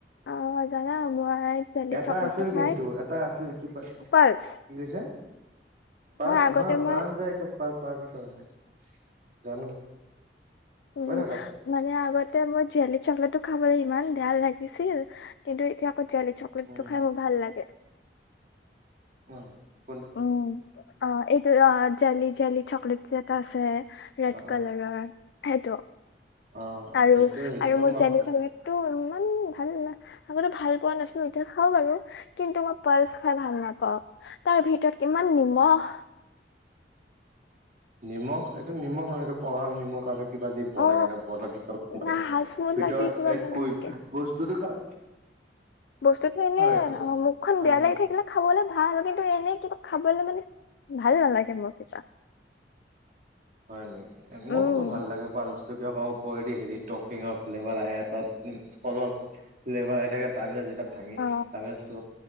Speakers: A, on the left; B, on the right.
A: অ জানা মই জেলি
B: এটা
A: চকলেটটো
B: আছিল
A: খাই
B: কিন্তু এটা আছিল কিবা
A: পালচ
B: কি কৈছে পালচ
A: আগতে
B: নহয় প্ৰাণ্জয়
A: মই
B: পাৰ পাৰছ নে জানো
A: উম
B: কৈ থাকা
A: মানে আগতে মই জেলি চকলেটটো খা খাবলৈ ইমান বেয়া লাগিছিল কিন্তু এতিয়া আকৌ জেলি চকলেটটো
B: উম
A: খাই মোৰ ভাল লাগে
B: হয়
A: উম অ এইটো অ জেলি জেলি চক লিটচি এটা আছে ৰেড
B: অ
A: কালাৰৰ সেইটো
B: অ
A: আৰু
B: সেইটো সেইটোতো
A: আৰু মোৰ
B: মই
A: জেলি চকলেট টো ইমান ভাল আগতে ভাল পোৱা নাছিলো এতিয়া খাও বাৰু কিন্তু মই পালচ খাই ভাল নাপাও তাৰ ভিতৰত কিমান নিমখ।
B: নিমখ এইটো নিমখ নহয় এইটো কলা নিমখ আৰু কিবা যে বনাই
A: অ
B: কেনে বন ভিতৰত সোমাই
A: না
B: দিয়ে
A: হাজমোলা
B: ভিতৰত
A: দি কিবা
B: এড
A: বনাই
B: কৰি
A: চাগে
B: বস্তুটো খাই।
A: বস্তুটো এনেই
B: এইটো
A: অ মুখখন
B: হাজমো
A: বেয়া লাগি থাকিলে খাবলে ভাল কিন্তু এনে কিবা খাবলে মানে ভাল নালাগে মোৰ কিবা।
B: হয় নেকি
A: উম
B: মোকতো ভাল লাগে পালচ। তেতিয়া আকৌ ওপৰেদি হে টফিঙৰ ফ্লেভাৰ আহে তাত ফলৰ ফ্লেভাৰ আহি থাকে তাৰপিছত এ ভাঙি
A: অ
B: পাইছো